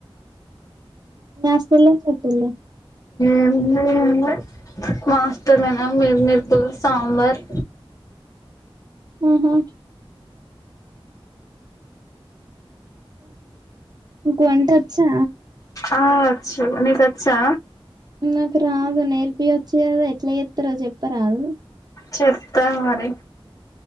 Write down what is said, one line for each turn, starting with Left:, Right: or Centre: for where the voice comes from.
Right: మీ హాస్టల్లో ఎం పెట్టిల్లు
Left: ఎంలే ఎంలే మ హిస్టల్ లన మర్ మిరుపులు సాంబార్
Right: ఆహా వంటొచ్చా
Left: ఆ వచ్చు నీకు వచ్చా
Right: నాకు రాదు నేర్పియో వచ్చు కదాఎట్లా చేత్తరో చెప్పరాదు
Left: చెప్తా మరి